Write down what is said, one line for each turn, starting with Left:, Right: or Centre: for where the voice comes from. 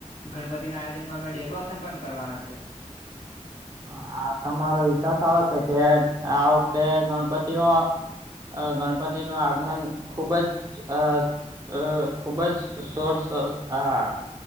Left: ગણપતિના આયોજનમાં અમે ડેકોરોશન પણ કરવાના છે.
Right: હા આ તમારો વિચાર સારો છે, કે આ વખતે ગણપતિઓ અ ગણપતિનું આગમન ખુબ જ અ અ ખુબ જ સોરસ આ